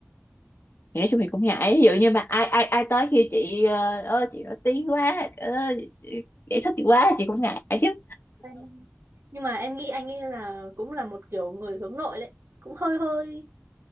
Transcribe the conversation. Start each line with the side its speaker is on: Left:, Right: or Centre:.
Left: thì nói chung thì cũng ngại ví dụ như mà ai ai ai tới khi chị ờ, ơ chị nổi tiếng quá ơ chị thích chị quá chị cũng ngại chứ
Right: Anh- nhưng mà em nghĩ anh ấy là cũng là một kiểu người hướng nội đấy cũng hơi hơi